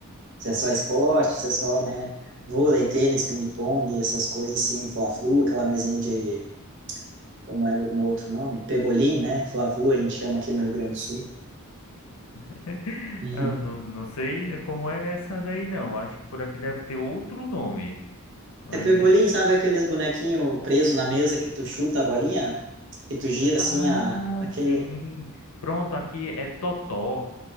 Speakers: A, on the right; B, on the left.
A: Se é só esporte, se é só, né? Vôlei, tênis, ping-pong, essas coisas assim, fla-flu, aquela mesinha de, como é o no outro nome? Pebolim, né? Fla-flu a gente chama aqui no Rio Grande do Sul.
B: <laughs>
A: Uhum.
B: Eu não, não sei como é essa daí, não. Acho que por aqui deve ter outro nome, mas.
A: É pebolim, sabe aqueles bonequinhos presos na mesa que tu chuta a bolinha? Que tu gira assim,
B: Ah,
A: a, aquele...
B: sim. Pronto, aqui é Totó.